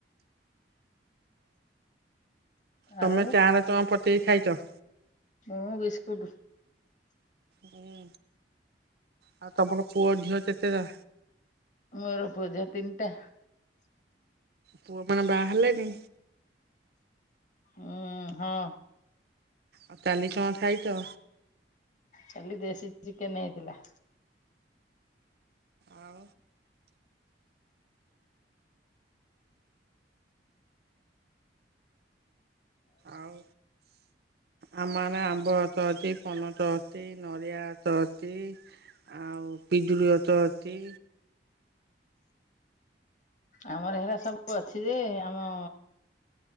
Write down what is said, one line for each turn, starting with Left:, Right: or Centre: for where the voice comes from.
Right: ତମେ,
Left: ଆଉ
Right: ଚାଁରେ ଚୁଁଆ ପଟେଇ ଖାଇଚ।
Left: ମୁଁ ବିସ୍କୁଟୁ।
Right: ହୁଁ, ଆଉ ତମର ପୁଅ ଝିଅ କେତେତା?
Left: ମୋର ପୂଜା ତିଣ୍ଟା
Right: ପୁଅ ମାନେ ବାହାହେଲେନି?
Left: ହୁଁ, ହଁ।
Right: ଆଉ କାଲିକଁ ଖାଇଚ?
Left: କାଲି ଦେଶୀ ଚିକେନ୍ ହେଇଥିଲା।
Right: ଆଉ, ଆଉ, ଆମ ଆରେ ଆମ୍ବ ଅତ ଅତି, ପନତ ଅତି, ନରିଆ ଅତ ଅତି। ଆଉ ପିଜୁଳି ଅଚ ଅଚି।
Left: ଆମର ହେଲା ସବୁ ଅଛି, ଯେ ଆମ